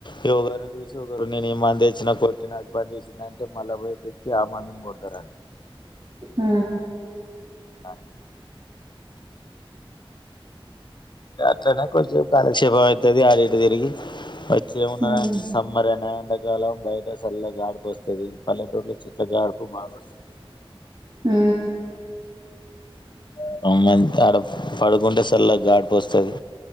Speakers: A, on the left; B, on the right.
A: ఇక ఒకరిని చూసి ఒకరు నేను ఈ మంది తెచ్చినా కొట్టిన అది పని చేసింది అంటే మళ్ళా పోయి తేచ్చి ఆ మందుని కొడతారండి
B: హ
A: <inaudible> దాట్లనే కోది సేపు కాలి నిక్షేపం అయితది ఆడ ఇడా తిరిగి వ చే మునాథ
B: ఉమ్
A: సమ్మర్ అనా ఎండకాలం బయట చల్ల గాడపు వస్తుంది పల్లెటూరిలో చిక్క గాడుపు బాగా వస్తుంది
B: హు
A: <unintelligible> అడ పడుకుంటే చల్ల గాడిపు వస్తుంది